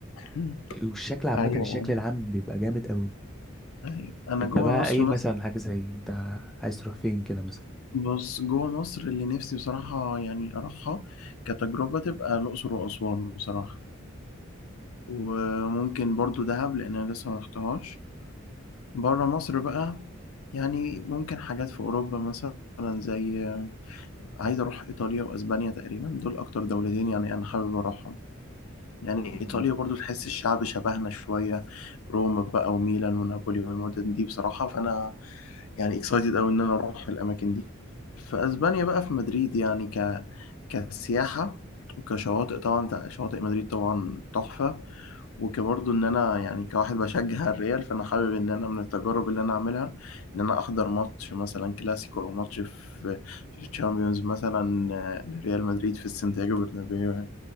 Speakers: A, on the left; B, in the centre.
A: مم.
B: والشكل عامة
A: ايوه
B: الشكل العام بيبقى جامد قوي
A: ايوه انا
B: انت
A: جوه
B: بقى
A: مصر
B: اي
A: مثلا
B: مثلا حاجة زي انت عايز تروح فين كده
A: بص جوه مصر اللي نفسي بصراحه يعني اروحها كتجربه تبقى الاقصر واسوان بصراحه وممكن برضو دهب لان انا لسه ما رحتهاش بره مصر بقى يعني ممكن حاجات في اوروبا مثلا زي عايز اروح ايطاليا واسبانيا تقريبا دول اكتر دولتين يعني انا حابب اروحهم يعني
B: مثلا
A: إيطاليا برضو تحس الشعب شبهنا شوية روما بقى وميلان ونابولي والمدن دي بصراحة فأنا يعني اكسايتد أوي إن أنا أروح الأماكن دي في أسبانيا بقى في مدريد يعني ك... كسياحة وكشواطئ طبعا تع- شواطئ مدريد طبعا تحفة وكبرضو إن أنا يعني كواحد بشجع الريال فأنا حابب إن أنا من التجارب اللي أنا أعملها إن أنا أحضر ماتش مثلا كلاسيكو أو ماتش في في الشامبيونز مثلا آه، لريال مدريد في السانتياغو برنابيو يعني.